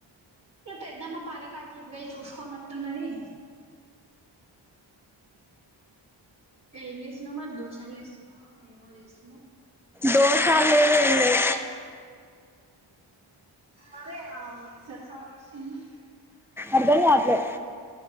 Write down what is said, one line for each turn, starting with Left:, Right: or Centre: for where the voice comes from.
Right: ఇకా పెద్దమ్మ పని కటిట్ వొయ్ చూసుకోనట్టున్నవి. ఏ చేస్నా మర్ దోషాల్ లేస్సున్నావా ఏమో చేస్సున్నవ్.
Centre: దోషాలు లేవు ఏం లేవు
Right: మరి ఆ మిక్సర్ సౌండ్ వస్తుంది
Centre: అర్దం గాట్లే